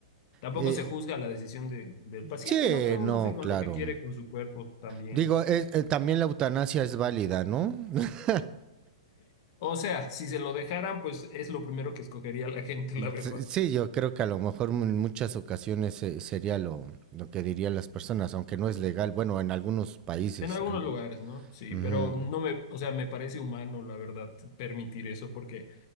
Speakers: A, on the left; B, on the right.
A: Tampoco
B: Eh,
A: se juzga la decisión de- del paciente,
B: sí,
A: ¿no? Cada uno
B: no,
A: hace con
B: claro.
A: lo que quiere con su cuerpo también.
B: Digo, eh, eh, también la eutanasia es válida, ¿no? <laughs>
A: O sea, si se lo dejaran, pues es lo primero que escogería la <laughs> gente, la verdad.
B: Sí, sí, yo creo que a lo mejor en muchas ocasiones eh, sería lo, lo que dirían las personas, aunque no es legal, bueno, en algunos países.
A: En algunos
B: al-
A: lugares, ¿no? Sí,
B: Ujú,
A: pero no me, o sea, me parece humano, la verdad, permitir eso, porque,